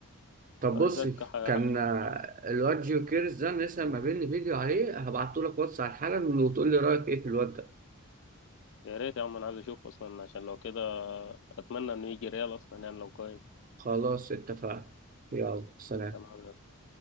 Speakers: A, on the right (about 40°); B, on the left (about 60°).
A: طب
B: آه،
A: بص
B: إيزاك ح- حاجة
A: كان
B: كويسة
A: آه،
B: يعني
A: الواد جيو كيرز ده لسه ما بيني فيديو عليه هبعته لك واتس على حالا وتقول لي رايك ايه في الواد ده
B: يا ريت يا عم أنا عايز أشوفه أصلا عشان لو كده أتمنى إنه يجي ريال أصلا يعني لو كويس
A: خلاص اتفقنا يلا سلام
B: تمام يا أسطى.